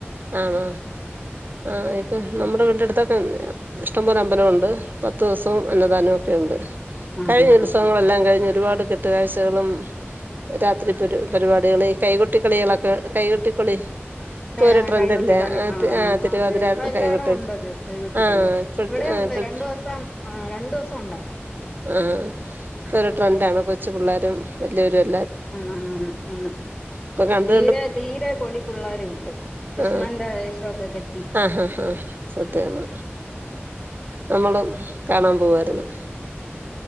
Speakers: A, on the right; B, on the left.
A: ആണ ആ ഇപ്പൊ നമ്മുടെ വീട്ടടുത്തൊക്കെ ഇഷ്ടംപോലെ അമ്പലംണ്ട് പത്ത് ദിവസവും അന്നദാനവും ഒക്കെ ഉണ്ട്
B: ആഹ്
A: കഴിഞ്ഞ
B: ആഹ്
A: ഉത്സ
B: ആഹ്
A: വങ്ങളെല്ലാം കഴിഞ്ഞ ഒരുപാട് കെട്ടുകാഴ്ചകളും രാത്രി പ പരിപാടികൾ കൈകൊട്ടിക്കളികളൊക്കെ കൈകൊട്ടിക്കളി ഇപ്പൊ
B: ക
A: ഒരു ട്രെൻഡല്ലേ
B: കൈകൊട്ട കളി
A: ആഹ്
B: ആ
A: ആഹ്
B: ആ്
A: തിരുവാതിര
B: അതെ ഇപ്പ എല്ലായിടും
A: കൈകൊട്ടി
B: ഉണ്ട്ത് കൈകൊട്ട
A: ആഹ്
B: കളി
A: ഇപ്പഴത്തെ
B: ഇവിടെ
A: ആഹ്
B: ഉണ്ട്
A: ഇപ്പഴത്തെ
B: രണ്ടു ദിവസം ആ രണ്ടു ദിവസം ഉണ്ടായിരുന്നു
A: ആ ഇപ്പൊ ഒരു ട്രെൻറ് ആണ് കൊച്ചു പിള്ളേർ വല്യവരും
B: ആ ആ
A: ഇപ്പൊ കണ്ട്
B: തീരെ തീരെ പൊടിപ്പള്ളേരു ഉണ്ട് കൃഷ്ണന്റെ
A: ആ
B: വേഷമൊക്കെ കെട്ടി
A: ആഹ് ആ സത്യാണ് നമ്മള കാണാൻ പോവായിരുന്നു